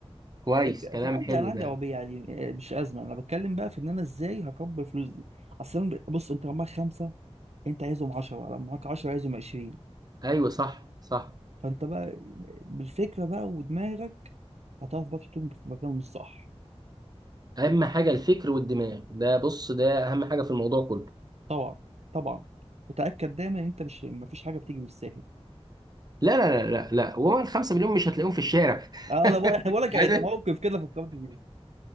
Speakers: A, on the right; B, on the right.
A: كويس
B: فك-
A: كلام
B: فانا عندي
A: حلو
B: انا عندي
A: ده
B: عربيه عادي آه، مش ازمه انا بتكلم بقى في ان انا ازاي هكبر الفلوس دي اصلا بص انت معاك خمسه انت عايزهم 10 معاك 10 عايزهم 20
A: ايوه صح صح
B: فانت بقى بالفكره بقى ودماغك هتعرف بقى تحطهم في مكانهم الصح
A: اهم حاجه الفكر والدماغ ده بص ده اهم حاجه في الموضوع كله
B: طبعا طبعا وتاكد دايما ان انت مش مفيش حاجه بتيجي بالساهل
A: لا لا لا لا لا وهو الخمسة مليون مش هتلاقيهم في الشارع <laughs>
B: اه، انا بقول انا بقول لك يعني
A: عايز
B: ده موقف كده فكرت بيه